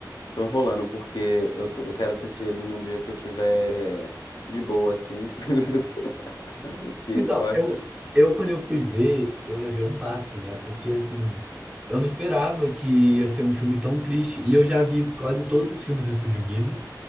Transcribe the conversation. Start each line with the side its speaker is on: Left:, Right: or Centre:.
Left: tô enrolando porque eu, tô- eu quero assistir ele num dia que eu tiver de boa assim. <laughs> Que
Right: Então,
Left: eu acho
Right: eu,
Left: que...
Right: eu quando eu fui ver, eu levei um baque, né? Porque, assim, eu não esperava que ia ser um filme tão triste. E eu já vi quase todos os filmes do Estúdio Ghibli.